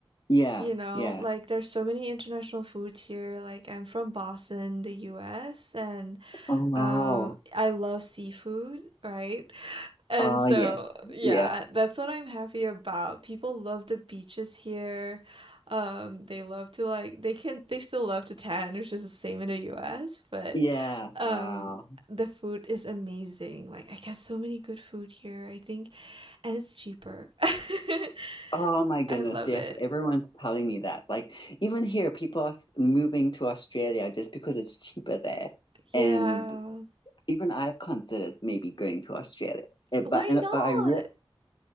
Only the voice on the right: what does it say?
you know,
like there's so many international foods here. Like I'm from Boston, the US, and
um, I love seafood, right? And
so,
yeah,
that's what I'm happy about. People love the beaches here. Um, they love to like they can they still love to tan, which is the same in the US, but
um
the food is amazing. Like I get so many good food here, I think, and it's cheaper. <laughs>
I love
it.
Yeah.
Why
not?